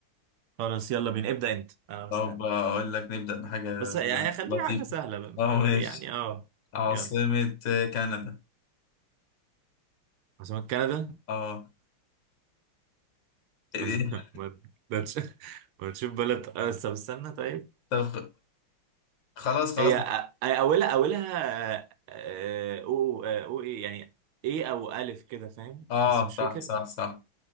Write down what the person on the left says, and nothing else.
طب أقول لك نبدأ بحاجة
لطيفة
أه
ماشي
عاصمة
كندا
أه إيه؟
طب خ- خلاص خلاص
أه
صح
صح صح